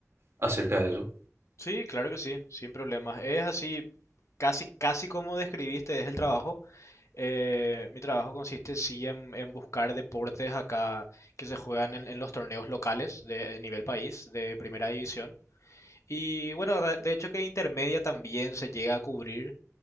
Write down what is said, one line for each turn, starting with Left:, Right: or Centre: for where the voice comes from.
Right: acerca de eso?
Left: Sí, claro que sí, sin problemas. Es así, casi, casi como describiste, es el trabajo. Eh, mi trabajo consiste sí en, en buscar deportes acá que se juegan en, en los torneos locales de, de nivel país, de primera división. Y bueno, de de hecho que intermedia también se llega a cubrir.